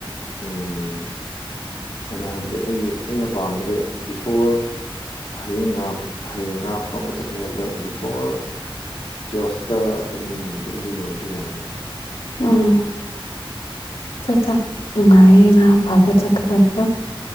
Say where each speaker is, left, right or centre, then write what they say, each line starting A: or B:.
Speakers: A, on the left; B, on the left.
A: ꯎꯝ ꯑꯩꯅ ꯍꯥꯏꯕꯗꯤ ꯑꯩꯒꯤ ꯑꯩꯅ ꯄꯥꯝꯕꯗꯤ ꯕꯤꯐꯣꯔ ꯍꯡꯥ ꯍꯌꯦꯡ ꯉꯥ ꯐꯥꯎꯕ ꯆꯠꯀꯅꯤ ꯑꯗ ꯕꯤ ꯐꯣꯔ ꯇꯨꯋꯦꯜꯐꯇ ꯑꯗꯨꯝ ꯌꯨꯝꯗ ꯌꯧꯔꯗꯤ ꯌꯥꯔꯦꯗ
B: ꯎꯝ ꯆꯠ ꯆ ꯅꯨꯡꯉꯥꯏꯌꯦ ꯉꯥ ꯐꯥꯕ ꯆꯠꯀꯗꯕꯗ